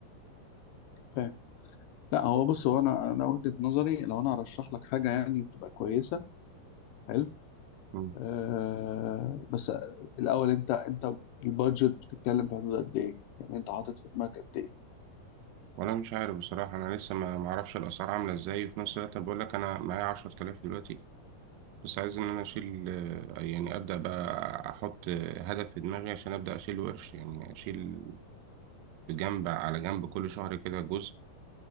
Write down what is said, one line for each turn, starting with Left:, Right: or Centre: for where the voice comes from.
Left: فاهم لا هو بص هو انا انا وجهه نظري لو انا هرشح لك حاجه يعني تبقى كويسه حلو
Right: مم.
Left: آه بس الاول انت انت البادجت بتتكلم في حدود قد ايه يعني انت حاطط في دماغك قد ايه
Right: ولا مش عارف بصراحه انا لسه ما ما اعرفش الاسعار عامله ازاي وفي نفس الوقت أنا بقول لك انا معايا 10000 دلوقتي بس عايز ان انا اشيل آه، يعني ابدا بقى احط آه، هدف في دماغي عشان ابدا اشيل ورش يعني اشيل بجنب على جنب كل شهر كده جزء